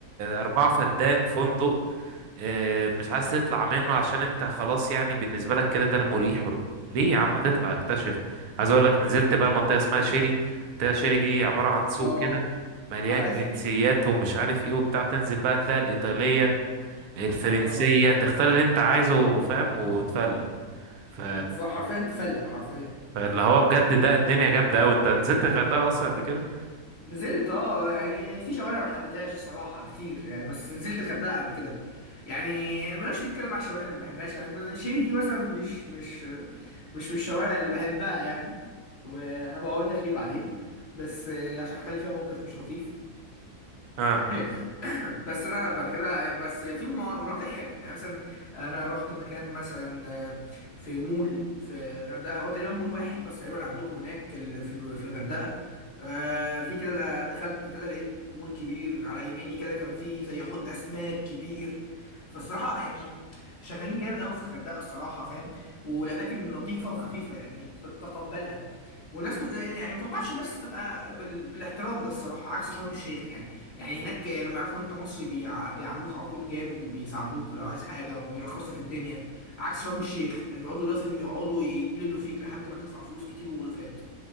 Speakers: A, on the right; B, on the left.
A: أربعة فدان فندق آه، مش عايز تطلع منه عشان انت خلاص يعني بالنسبة لك كده ده المريح و- ليه يا عم ما تطلع اكتشف عايز اقول لك نزلت بقى منطقة اسمها شيري منطقة شيري دي عبارة عن سوق
B: اه
A: كده مليان
B: عارفها
A: جنسيات ومش عارف ايه وبتاع تنزل بقى تلاقي الإيطالية الفرنسية
B: اه
A: تختار اللي انت عايزه فاهم وتفلق ف...
B: بالظبط، حرفيا تفلق حرفيا
A: فاللي هو بجد ده الدنيا جامدة أوي انت نزلت الغردقة أصلا قبل كده؟
B: نزلت اه يعني في شوارع ما حبيتهاش الصراحه كتير يعني بس نزلت الغردقه قبل كده يعني بلاش نتكلم على الشوارع اللي ما بحبهاش يعني ما- شيري دي مثلا مش مش مش من الشوارع اللي بحبها يعني وهبقى اقول لك ليه بعدين بس آه، عشان حصل لي فيها موقف مش لطيف
A: اه
B: <laughs> جامد بس انا بعد كده يعني بس في منا- مناطق حلوه يعني مثلا انا رحت مكان مثلا آه، في مول في غردقه هو تقريبا مول واحد بس تقريبا عندكم هناك ال- في في الغردقه آه، في كده ده- دخلت كده لقيت مول كبير على يميني كده كان فيه زي حوض اسماك كبير فالصراحه يعني شغالين جامد قوي في الغردقه الصراحه فاهم والاماكن لطيفه وخفيفه يعني تتقبلها وناس يعني يعني ما اتوقعش الناس تبقى بال... بالاحترام ده الصراحه عكس شرم الشيخ يعني يعني هناك لما يعرفوا ان انت مصري بيع... بيعاملوك على طول جامد وبيساعدوك لو عايز حاجه وبيرخص لك الدنيا عكس شرم الشيخ يعني بيقعدوا لازم يقعدوا يجلدوا فيك لحد ما تدفع فلوس كتير والوفات